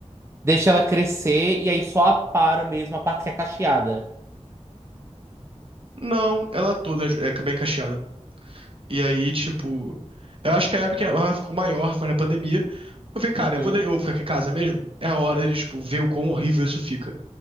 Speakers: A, on the right; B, on the right.
A: deixa ela crescer e aí só apara mesmo a parte que é cacheada?
B: não, ela toda é é bem cacheada. E aí, tipo, eu acho que a época que ela ficou maior foi na pandemia. Eu falei, cara,
A: Uhum.
B: eu vou, de- eu vou ficar aqui em casa mesmo. É a hora de, tipo, ver o quão horrível isso fica.